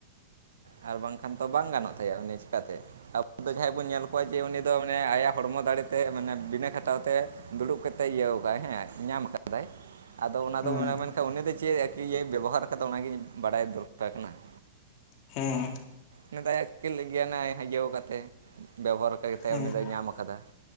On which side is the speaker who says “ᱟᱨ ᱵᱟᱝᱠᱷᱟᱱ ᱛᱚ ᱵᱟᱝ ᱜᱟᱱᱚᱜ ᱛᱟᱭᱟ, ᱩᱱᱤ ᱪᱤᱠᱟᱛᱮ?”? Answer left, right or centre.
Right